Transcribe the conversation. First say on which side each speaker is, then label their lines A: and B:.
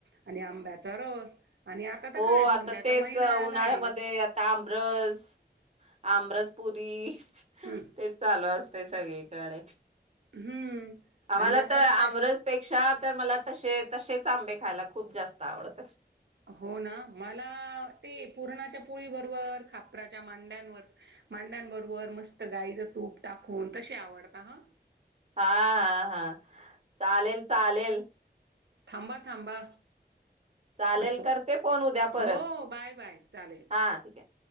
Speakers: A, on the right (about 85°); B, on the right (about 40°).
A: आणि आंब्याचा रस आणि आता तर
B: हो
A: काय धोंड्याचा
B: आता तेच
A: महिना
B: उन्हाळ्यामध्ये
A: आलाय
B: आता आमरस आमरस पुरी
A: हम्म
B: तेच चालू अस ते सगळीकडे
A: हम्म
B: आम्हाला
A: आणि आता
B: तर आमरस
A: काय
B: पेक्षा तर मला तशे तशेच आंबे खायला खूप जास्त आवडतात.
A: हो ना मला ते पुूरणाच्या पोळी बरोबर खापराच्या मांड्यांवर मांड्यांबरोबर मस्त गाईचं तूप टाकून तसे आवडता हा
B: हा हा हा चालेल चालेल
A: थांबा, थांबा
B: चालेल
A: असं.
B: करते फोन उद्या
A: हो,
B: परत
A: बाय, बाय. चालेल.
B: हा ठीक हाय